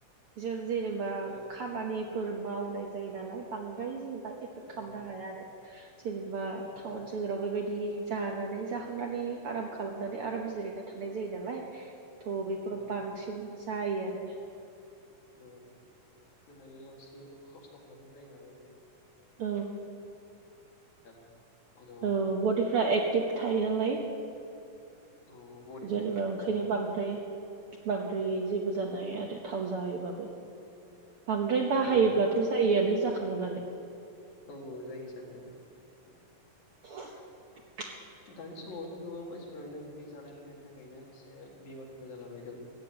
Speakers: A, on the right; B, on the left.
A: बिसोर जेनेबा
B: औ
A: खामानि फोर मावनाय जायो नालाय बांद्राय जेनेबा एफेक्ट
B: औ
A: खालामनो हाया आरो। जेनेबा
B: ओहो
A: टाउन सोहोराव बेबायदि जानानै जाखांनानै आराम खालाम नानै आराम जिरायना थानाय जायो नालाय थ' बेफोराव
B: औ
A: बांसिन जायो आरो।
B: औ होनायाव एसे खस्थ' खालामनाय जायो नालाय
A: औ
B: <unintelligible>
A: औ
B: अब्लाबो
A: बडिफ्रा एक्टिभ थायो नालाय।
B: औ बडिफोरा
A: जेनेबा
B: एक्टिभ थायो
A: ओंखायनो बांद्राय बांद्राय जेबो जानो हाया आरो थाव जायोबाबो। बांद्राय बाहायोब्लाथ'
B: औ
A: जायोआनो जाखागोनानो।
B: औ जायो जानायालाय <unintelligible>
A: <inaudible>
B: दानि समावथ' गोबां मानसिफोरानो बिदि जानाय लोंनायनि थाखायनो एसे बेमारफोरबो जालाबायदों।